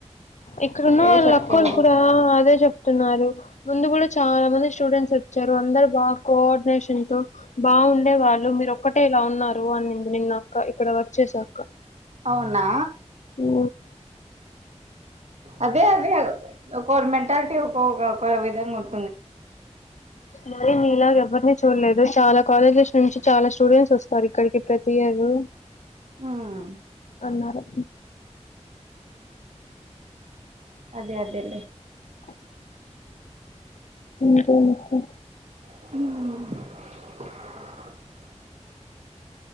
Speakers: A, on the left (about 75°); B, on the right (about 65°).
A: ఇక్కడున్న
B: వేరే చోటుకెళ్ళాము
A: అక్కోలు కూడా అదే చెప్త న్నారు ముందు కూడా చాలా మంది స్టూడెంట్స్ వచ్చారు అందరు బాగా కోఆర్డినేషన్ తో బాగుండే వాళ్ళు మీరు ఒక్కటే ఇలా ఉన్నారు అని న్నాక ఇక్కడ వర్క్ చేసాక అక్క
B: అవునా
A: ఊ...
B: అదే అదే ఒక్కోరి మెంటాలిటీ ఒక క విధంగా ఉంట
A: మరి మిలాగా ఎవ్వరూ అ చూడలేదు చాలా కాలేజెస్ నుంచి చాలా స్టూడెంట్స్ వస్తారు. ఇక్కడికి ప్రతి ఇయరు
B: హుమ్
A: ఎన్ ఆర్ ఐ
B: అదే అదేలే
A: <inaudible> అంతే మొత్తం
B: హుమ్